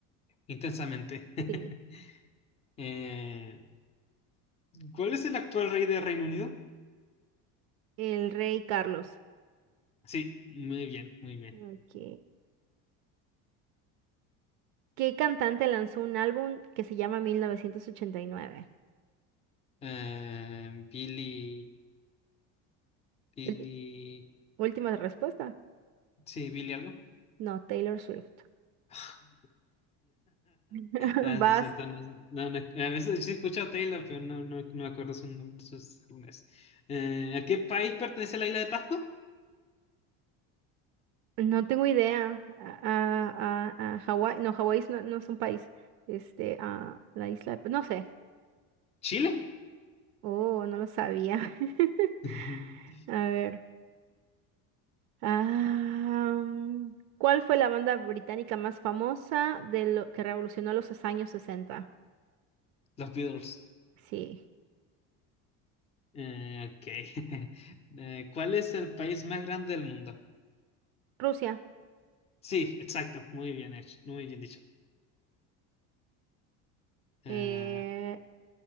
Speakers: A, on the left; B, on the right.
A: Intensamente. <laughs>
B: Sí,
A: Eh, ¿cuál es el actual rey de Reino Unido?
B: El Rey Carlos.
A: Sí, muy bien, muy bien.
B: Ok. ¿Qué cantante lanzó un álbum que se llama 1989?
A: Eh, Billy, Billy,
B: Ulti- Última respuesta.
A: sí, Billy algo.
B: No, Taylor Swift.
A: <laughs>
B: <laughs>
A: Ah,
B: Vas.
A: lo siento, no- no- no- a veces sí escucho a Taylor, pero no, no, no me acuerdo su nombre, sus nombres. Eh, ¿a qué país pertenece la isla de Pascua?
B: No tengo idea. A, a, a- a Hawái, no, Hawái es- no, no es un país. Este, a la isla, de- no sé.
A: Chile.
B: Oh, no lo sabía. <laughs>
A: <laughs>
B: A ver. Ah, mm, ¿cuál fue la banda británica más famosa de lo que revolucionó los años sesenta
A: Los Beatles.
B: Sí,
A: Eh, ok. <laughs> Eh, ¿cuál es el país más grande del mundo?
B: Rusia.
A: Sí, exacto. Muy bien hecho. Muy bien dicho. Eh,
B: Eh,